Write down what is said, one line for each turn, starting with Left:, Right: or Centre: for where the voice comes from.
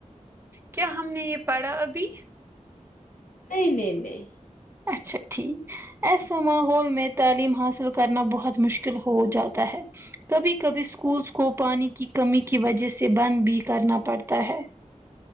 Right: کیا ہم نے یہ پڑھا ابھی
Left: نہیں نہیں نہیں
Right: اچھا ٹھیک ایسا ماحول میں تعلیم حاصل کرنا بہت مشکل ہو جاتا ہے کبھی کبھی اسکولس کو پانی کی کمی کی وجہ سے بند بھی کرنا پڑتا ہے